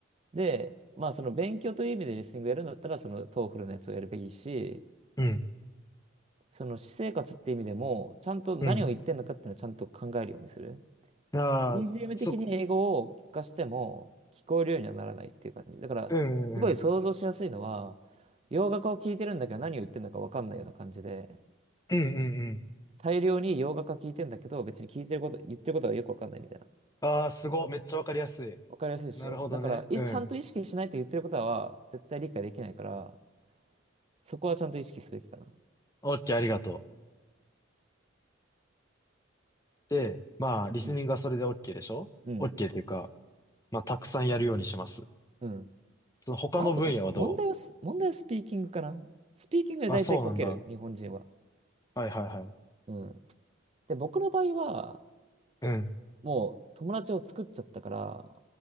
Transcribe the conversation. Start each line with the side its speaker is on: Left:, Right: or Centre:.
Right: で、まあその勉強という意味でリスニングやるんだったら、そのトーフルのやつをやるべきし、
Left: うん。
Right: その私生活って意味でも、ちゃんと何を言ってんのかっていうのをちゃんと考えるようにする。
Left: うん。ああ、
Right: e g m
Left: そ、
Right: 的に英語を聞かしても聞こえるようにはならないっていう感じ。だから、
Left: うんうんうん。
Right: すごい想像しやすいのは、洋楽を聞いてるんだけど何を言ってるのか分かんないような感じで、
Left: うんうんうん。
Right: 大量に洋楽は聞いてんだけど、別に聞いてること、言ってることはよく分かんないみたいな。
Left: ああ、すごい。めっちゃわかりやすい。
Right: 分かりやすいでしょ。
Left: なるほどね。
Right: だから、いちゃんと意識しないと言ってることは絶対理解できないから、
Left: うん。
Right: そこはちゃんと意識すべきかな。
Left: オッケー、ありがとう。で、まあ、リスニングはそれで
Right: うん。
Left: OK でしょ
Right: うん。
Left: ?OK というか、まあ、たくさんやるようにします。
Right: うん。
Left: その他の分野はど
Right: まあ、あと、問題はス、問題はスピーキングかな。スピーキングで大体こける、
Left: うあ、そうなんだ。
Right: 日本人は。
Left: はいはいはい。
Right: うん。で、僕の場合は、
Left: うん。
Right: もう友達を作っちゃったから、